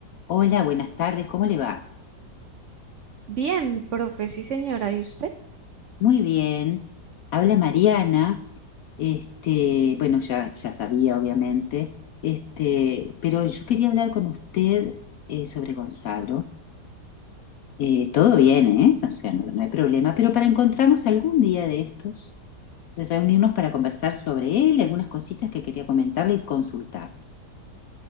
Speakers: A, on the left; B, on the right.
A: Hola, buenas tardes, ¿cómo le va?
B: Bien, profe, sí señora, ¿y usted?
A: Muy bien, habla Mariana. Este, bueno, ya, ya sabía, obviamente. Este, pero yo quería hablar con usted eh, sobre Gonzalo. Eh, todo bien, ¿eh? O sea, no, no hay problema. Pero para encontrarnos algún día de estos, de reunirnos para conversar sobre él, algunas cositas que quería comentarle y consultar.